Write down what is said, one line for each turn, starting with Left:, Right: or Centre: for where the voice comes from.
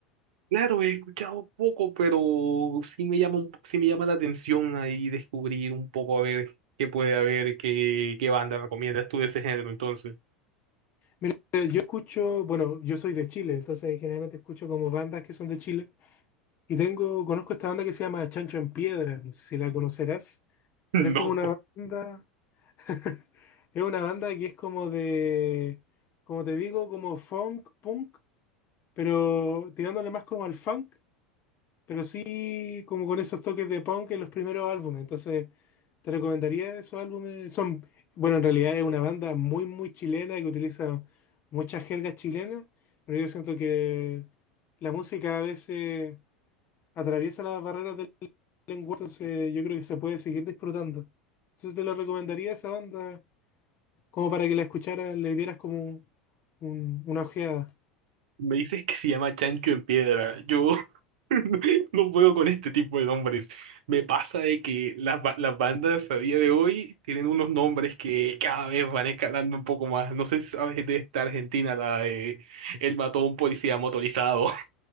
Right: Claro, he escuchado poco, pero sí me llama un, po- sí me llama la atención ahí descubrir un poco a ver qué puede haber, qué, qué banda recomiendas tú de ese género, entonces. <laughs>
Left: Mira, eh, yo escucho, bueno, yo soy de Chile, entonces generalmente escucho como bandas que son de Chile. Y tengo, conozco esta banda que se llama Chancho en Piedra, no sé si la conocerás, pero
Right: No,
Left: es como una banda, <laughs> es una banda que es como de, como te digo, como funk, punk, pero tirándole más como al funk. Pero sí, como con esos toques de punk en los primeros álbumes. Entonces, te recomendaría esos álbumes. Son, bueno, en realidad es una banda muy, muy chilena que utiliza muchas jergas chilenas, pero yo siento que la música a veces atraviesa las barreras del lenguaje, entonces yo creo que se puede seguir disfrutando. Entonces, te lo recomendaría esa banda como para que la escucharas, le dieras como un- una ojeada.
Right: me dices que se llama Chancho en Piedra. Yo <laughs> no puedo con este tipo de nombres. Me pasa de que las, ba- las bandas a día de hoy tienen unos nombres que cada vez van escalando un poco más. No sé si sabes de esta Argentina, la de El Mató a un Policía Motorizado.